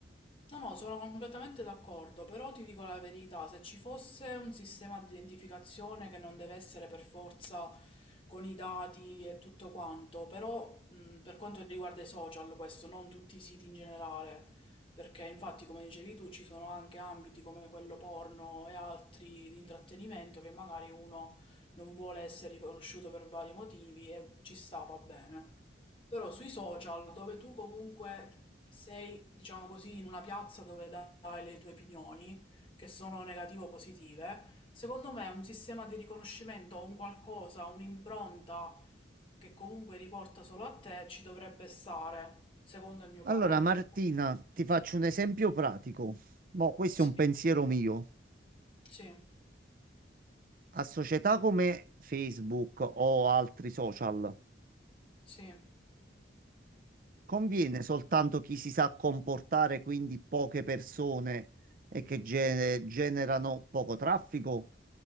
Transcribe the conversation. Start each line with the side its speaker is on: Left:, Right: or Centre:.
Left: No, no, sono completamente d'accordo, però ti dico la verità, se ci fosse un sistema di identificazione che non deve essere per forza con i dati e tutto quanto, però mh, per quanto riguarda i social, questo, non tutti i siti in generale, perché infatti, come dicevi tu, ci sono anche ambiti come quello porno e altri di intrattenimento che magari uno non vuole essere riconosciuto per vari motivi e ci sta, va bene. Però sui social, dove tu comunque sei, diciamo così, in una piazza dove dai le tue opinioni, che sono negative o positive, secondo me un sistema di riconoscimento, un qualcosa, un'impronta che comunque riporta solo a te, ci dovrebbe stare, secondo il mio
Right: Allora,
Left: parere.
Right: Martina, ti faccio un esempio pratico. Boh, questo
Left: Sì,
Right: è un pensiero mio.
Left: sì,
Right: A società come Facebook o altri social,
Left: sì.
Right: conviene soltanto chi si sa comportare, quindi poche persone e che gene- generano poco traffico,